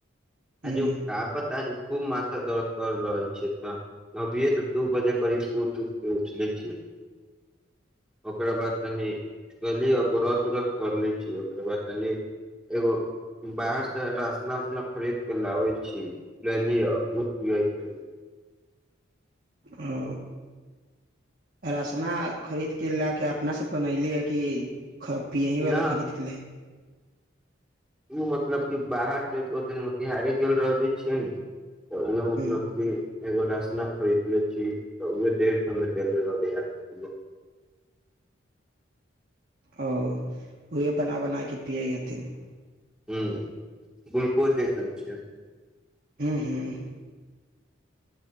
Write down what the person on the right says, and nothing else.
हूँ
ओ, राशना खरीद कऽ लए कऽ अपनासँ बनयलीै कि ख पियहीवला
खरीदके लै
हूँ
ओ, उहे बना बना कऽ पियै हथिन।
ह्मँ ह्म।